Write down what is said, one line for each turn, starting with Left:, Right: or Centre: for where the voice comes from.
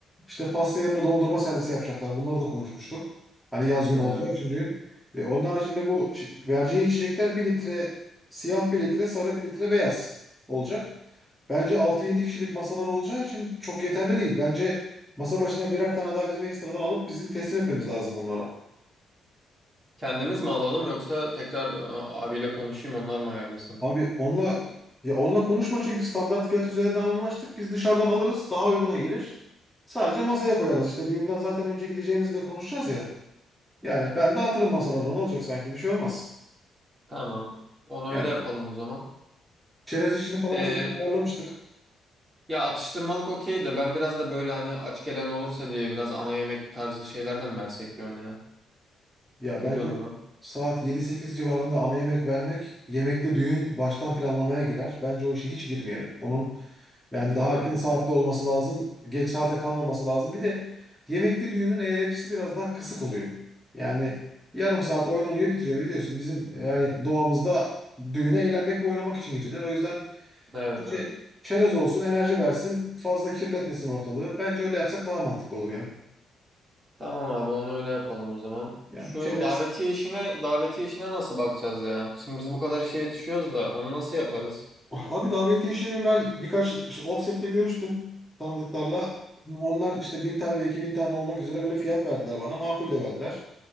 Centre: İşte pasta yerine dondurma servisi yapacaklar. Bunları da konuşmuştuk. Hani yaz günü
Right: Evet.
Centre: olacağı için düğün. E, onun haricinde bu şi- vereceği içecekler bir litre siyah bir litre sarı bir litre beyaz olacak. Bence altı yedi kişilik masalar olacağı için çok yeterli değil. Bence masa başına birer tane daha bizim ekstradan alıp bizim teslim etmemiz lazım onlara.
Right: Kendimiz mi alalım yoksa tekrar e, abiyle konuşayım onlar mı ayarlasın?
Centre: Abi onunla ya onunla konuşma çünkü standart fiyat üzerinden anlaştık. Biz dışarıdan alırız, daha uyguna gelir. Sadece masaya koyarız. İşte düğünden zaten önce gideceğimizi de konuşacağız ya. Yani ben de dağıtırım masalara ne olacak sanki bir şey olmaz.
Right: Tamam. Onu
Centre: Yani
Right: öyle yapalım o zaman.
Centre: çerez işini falan
Right: Ee,
Centre: zaten ayarlamıştık.
Right: ya atıştırmalık okey de ben biraz da böyle hani aç gelen olursa diye biraz ana yemek tarzı şeylerden mi versek diyorum ya.
Centre: Ya
Right: Ne
Centre: bence
Right: diyorsun ona?
Centre: saat yedi sekiz civarında ana yemek vermek yemekte düğün baştan planlamaya girer. Bence o işe hiç girmeyelim. Onun yani
Right: Değil
Centre: daha erken
Right: mi?
Centre: saatte olması lazım. Geç saate kalmaması lazım. Bir de yemekli düğünün eğlencesi biraz daha kısık oluyor. Yani yarım saat oynanıyor bitiriyor biliyorsun. Bizim yani doğamızda düğüne eğlenmek ve oynamak için girilir. O yüzden
Right: Evet
Centre: bence
Right: evet.
Centre: çerez olsun enerji versin fazla kirletmesin ortalığı. Bence öyle yapsak daha mantıklı olur ya.
Right: Tamam abi onu öyle yapalım o zaman.
Centre: Yani
Right: Şu
Centre: çerez
Right: davetiye işine davetiye işine nasıl bakacağız ya? Şimdi biz bu kadar işe yetişiyoruz da onu nasıl yaparız?
Centre: Abi davetiye işini ben birkaç ş- offset'te görüştüm tanıdıklarla. Onlar işte bin tane ve iki bin tane olmak üzere böyle fiyat verdiler bana. Makul de verdiler.